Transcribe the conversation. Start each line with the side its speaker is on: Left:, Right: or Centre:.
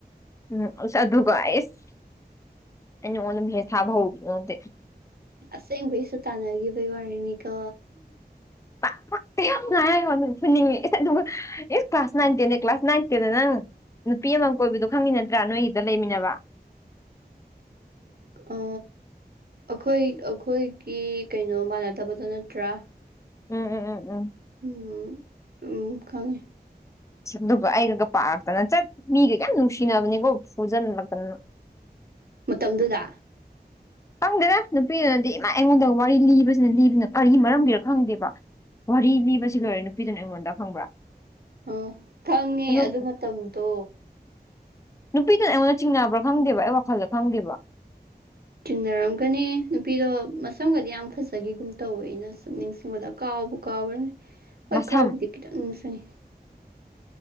Left: ꯎꯝ ꯑꯁ ꯑꯗꯨꯒ ꯑꯦꯁ ꯑꯩꯅ ꯃꯉꯣꯟꯗ ꯃꯦꯁꯦꯖ ꯊꯥꯕ ꯍꯕꯁꯨ ꯅꯠꯇꯦ
Right: ꯑꯁꯦꯡꯕꯩꯁꯨ ꯇꯥꯟꯅꯒꯤꯕꯩ ꯋꯥꯔꯤꯅꯤꯀꯣ
Left: ꯄꯥꯛ ꯌꯥꯝ ꯉꯥꯏ ꯐꯨꯅꯤꯡꯉꯦ ꯢꯁ ꯑꯗꯨꯒ ꯢꯁ ꯀ꯭ꯂꯥꯁ ꯅꯥꯏꯟ ꯇꯦꯟꯗ ꯀ꯭ꯂꯥꯁ ꯅꯥꯏꯟ ꯇꯦꯟꯗ ꯅꯪ ꯅꯨꯄꯤ ꯑꯃ ꯀꯣꯏꯕꯗꯣ ꯈꯪꯉꯤ ꯅꯠꯇ꯭ꯔꯥ ꯅꯣꯏꯒꯤꯗ ꯂꯩꯃꯤꯟꯅꯕ
Right: ꯑ ꯑꯩꯈꯣꯏ ꯑꯩꯈꯣꯏꯒꯤ ꯀꯩꯅꯣ ꯃꯥꯟꯅꯗꯕꯗꯣ ꯅꯠꯇ꯭ꯔꯥ
Left: ꯎꯝ ꯎꯝ ꯎꯝ ꯎꯝ
Right: ꯎꯝ ꯎꯝ ꯈꯪꯉꯦ
Left: ꯑꯗꯨꯒ ꯑꯩꯒꯒ ꯄꯥꯔꯛꯇꯅ ꯆꯠ ꯃꯤꯒ ꯀꯌꯥꯝ ꯅꯨꯡꯁꯤꯅꯕꯅꯤꯀꯣ ꯐꯨꯖꯤꯜꯂꯛꯇꯅ
Right: ꯃꯇꯝꯗꯨꯗ
Left: ꯈꯪꯗꯦꯔ ꯅꯨꯄꯤꯗꯨꯅꯗꯤ ꯏꯃꯥ ꯑꯩꯉꯣꯟꯗ ꯋꯥꯔꯤ ꯂꯤꯕꯁꯤꯅ ꯂꯤꯕꯁꯤꯅ ꯀꯔꯤ ꯃꯔꯝꯒꯤꯔ ꯈꯪꯗꯦꯕ ꯋꯥꯔꯤ ꯂꯤꯕꯁꯤ ꯂꯣꯏꯔꯦ ꯅꯨꯄꯤꯗꯨꯅ ꯑꯩꯉꯣꯟꯗ ꯈꯪꯕ꯭ꯔꯥ
Right: ꯑꯣ ꯈꯪꯉꯦ
Left: ꯑꯗꯨꯝ
Right: ꯑꯗꯨ ꯃꯇꯝꯗꯣ
Left: ꯅꯨꯄꯤꯗꯨꯅ ꯑꯩꯉꯣꯟꯗ ꯆꯤꯡꯅꯕ꯭ꯔꯥ ꯈꯪꯗꯦꯕ ꯑꯩ ꯋꯥꯈꯜꯗ ꯈꯪꯗꯦꯕ
Right: ꯆꯤꯡꯅꯔꯝꯒꯅꯤ ꯅꯨꯄꯤꯗꯣ ꯃꯁꯝꯒꯗꯤ ꯌꯥꯝ ꯐꯖꯈꯤꯒꯨꯝ ꯇꯧꯋꯦ ꯑꯩꯅ ꯁꯛ ꯅꯤꯡꯁꯤꯡꯕꯗ ꯀꯥꯎꯕꯨ ꯀꯥꯎꯈ꯭ꯔꯅꯤ ꯍꯣꯏ
Left: ꯃꯁꯝ
Right: ꯈꯔꯕꯨꯗꯤ ꯈꯤꯇꯪ ꯅꯤꯡꯁꯤꯡꯉꯦ